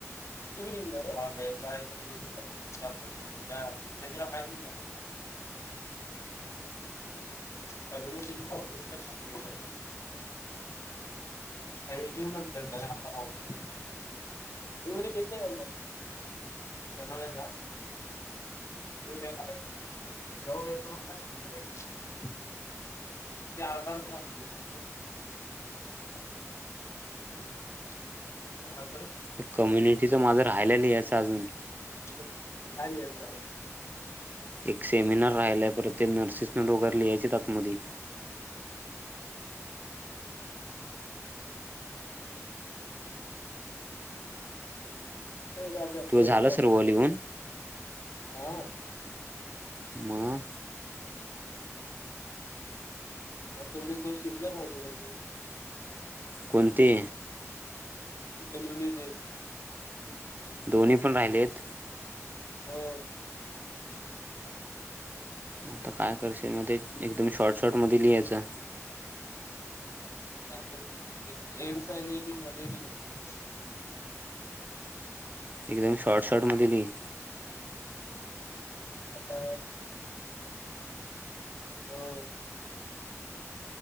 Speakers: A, on the left; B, on the right.
A: <unintelligible> कम्युनिटीला <unintelligible> काही लिहू नंतर, आता राहू दे. <unintelligible> करणार रे नार अहिंसा, येव दया म जेवढ तेवढ ला रे <unintelligible> ते अर्ध अर्ध राहतीलरे सगळ, <inaudible>
B: ते कम्युनिटीचं माझं राहायलाियचं अजून,
A: काय लिहायचं आहे,
B: एक सेमिनार राहिलाय परत, ते नर्सेस न ढोगल यायचे आतमध्ये,
A: अक्षय
B: तो झाला
A: <unintelligible> जा
B: सर्व लिहून
A: ना <unintelligible>
B: म,
A: तोेच दोन सिमनार राहिल्यात अजून,
B: कोणते?
A: <unintelligible>
B: दोन्ही पण राहिलेत
A: हो.
B: आता काय करशील मध्ये? एकदम शॉर्ट शॉर्ट मध्ये लिहायचं.
A: <unintelligible> एक एड्स आहे नि एक मलेरिया ए
B: एकदम शॉर्ट शार्ट मध्ये लीह.
A: आता हो.